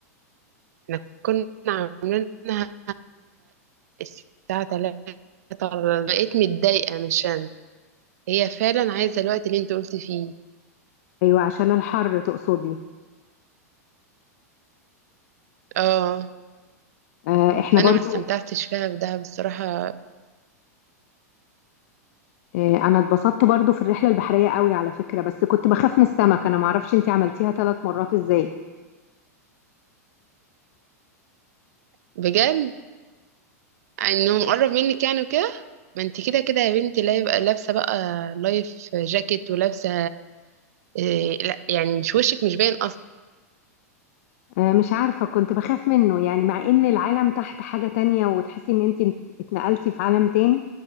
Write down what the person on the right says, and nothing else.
احنا كنا عاملينها الساعة 3 بقيت متضايقة مش أنا. هي فعلا عايزة الوقت اللي انت قلت فيه
اه
فانا
ما استمتعتش فيها في دهب الصراحة
بجد انه مقرب منك يعني وكده ما انت كده كده يا بنتي لا يبقى لابسه بقى لايف جاكيت ولابسه إيه لا يعني مش وشك مش باين اصلا